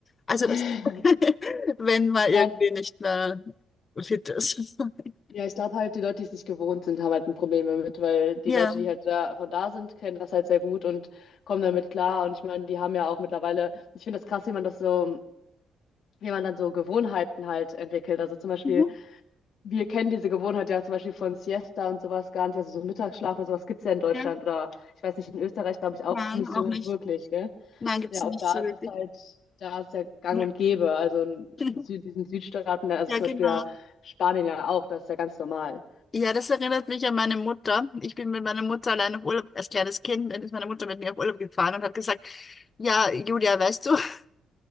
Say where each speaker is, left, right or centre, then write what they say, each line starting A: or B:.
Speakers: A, on the left; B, on the left.
A: Also
B: <laughs>
A: das, <laughs> wenn man
B: ich glaube,
A: irgendwie nicht mehr fit ist. <laughs>
B: Ja, ich glaube halt, die Leute, die es nicht gewohnt sind, haben halt ein Problem damit, weil die
A: Ja.
B: Leute, die halt da, von da sind, kennen das halt sehr gut und kommen damit klar. Und ich meine, die haben ja auch mittlerweile, ich finde das krass, wie man das so, wie man dann so Gewohnheiten halt entwickelt. Also zum Beispiel,
A: Mhm.
B: wir kennen diese Gewohnheit ja zum Beispiel von Siesta und sowas gar nicht, also so Mittagsschlaf oder sowas gibt es ja in Deutschland
A: Ja.
B: oder ich weiß nicht, in Österreich glaube ich auch
A: Nein,
B: nicht so
A: auch nicht.
B: wirklich, gell?
A: Nein, gibt
B: Ja,
A: es nicht
B: und da
A: so
B: ist
A: wirklich.
B: es halt, da ist ja gang
A: Ja.
B: und gäbe. Also in
A: <laughs>
B: Sü diesen Südstaaten, also
A: Ja,
B: zum
A: genau.
B: Beispiel ja Spanien ja auch, das ist ja ganz normal.
A: Ja, das erinnert mich an meine Mutter. Ich bin mit meiner Mutter allein auf Urlaub, als kleines Kind, dann ist meine Mutter mit mir auf Urlaub gefahren und hat gesagt, ja, Julia, weißt du, <laughs>